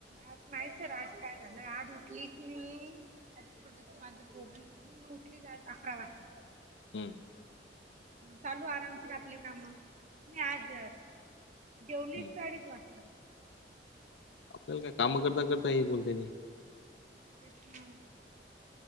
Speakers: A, on the right; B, on the left.
A: आज नाहीच राजकारण आज उठली की आ थोडस माझं पोट दुकाल उठली आज अकरा वाजता
B: हम
A: चालू आरामशीर आपले कामावर मी आज जेवलीच
B: हम्म.
A: अडीच वाजता
B: आपल्याला काय काम करता करता हे बोलत्याती
A: तेच ना